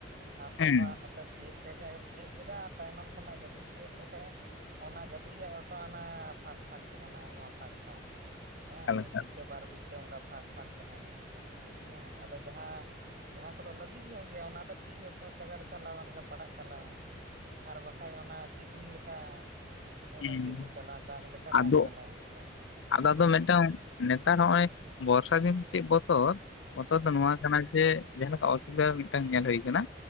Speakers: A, on the right (about 50°); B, on the left (about 70°).
A: ᱦᱟᱯ ᱦᱟᱯᱷᱟ
B: ᱦᱮᱸ
A: ᱱᱚᱛᱮ ᱛᱤᱭᱟᱹᱜ ᱛᱮᱜᱮ ᱛᱤᱭᱟᱹᱜ ᱠᱮᱫᱟ ᱟᱨ ᱛᱟᱭᱱᱚᱢ ᱥᱮᱱᱟᱜ ᱜᱟᱹᱫᱩᱡ ᱛᱤᱭᱳᱜ ᱛᱮ ᱠᱷᱟᱡ ᱚᱱᱟ ᱜᱟᱹᱫᱩᱟᱜ ᱦᱚᱸᱛᱚ ᱚᱱᱟ ᱯᱷᱟᱠ ᱯᱷᱟᱸᱠ ᱛᱟᱦᱮᱱᱟ ᱟᱭᱢᱟ ᱯᱷᱟᱸᱠ ᱯᱷᱟᱸᱠ, ᱦᱮᱸ
B: ᱮᱠᱟᱞ
A: ᱢᱤᱫ
B: ᱮᱠᱟᱞ
A: ᱵᱤᱛᱟᱹ ᱵᱟᱨ ᱵᱤᱛᱟᱹ ᱚᱱᱠᱟ ᱯᱷᱟᱸᱠ ᱯᱷᱟᱸᱠ ᱛᱟᱦᱮᱱᱟ᱾ ᱦᱮᱸ ᱟᱫᱚ ᱡᱟᱦᱟᱸ, ᱡᱟᱦᱟᱸ ᱠᱚᱫᱚ ᱞᱟᱹᱵᱤᱫ ᱧᱚᱜ ᱜᱮᱭᱟ ᱚᱱᱟ ᱫᱚ ᱴᱷᱤᱠ ᱜᱮᱭᱟ ᱪᱟᱜᱟᱲ ᱪᱟᱞᱟᱣᱮᱱ ᱜᱮ ᱯᱟᱲᱟᱜ ᱪᱟᱞᱟᱣᱮᱱ ᱜᱮ, ᱟᱨ ᱵᱟᱠᱷᱟᱡ ᱚᱱᱟ ᱪᱤᱨᱩᱱ ᱞᱮᱠᱟ ᱮᱠᱫᱚᱢ
B: ᱦᱩᱸ
A: ᱪᱤᱨᱩᱱ ᱪᱟᱞᱟᱣ, ᱫᱟᱜᱽ ᱞᱮᱠᱟ ᱫᱟᱜᱽ
B: ᱟᱫᱚ
A: ᱪᱟᱞᱟᱣᱮᱱ ᱜᱮ,
B: ᱟᱫᱚ ᱟᱫᱚ
A: ᱦᱮᱸ᱾
B: ᱢᱤᱫᱴᱟᱝ ᱱᱮᱛᱟᱨ ᱦᱚᱸᱜᱼᱚᱭ ᱵᱚᱨᱥᱚ ᱫᱤᱱ ᱫᱚ ᱪᱮᱫ ᱵᱚᱛᱚᱨ ᱵᱚᱛᱚᱨ
A: ᱦᱮᱸ
B: ᱫᱚ ᱱᱚᱣᱟ ᱠᱟᱱᱟ ᱡᱮ ᱡᱟᱦᱟᱸ ᱞᱮᱠᱟ ᱚᱥᱩᱵᱤᱫᱷᱟ ᱢᱤᱫᱴᱟᱝ ᱧᱮᱞ ᱦᱩᱭ ᱠᱟᱱᱟ,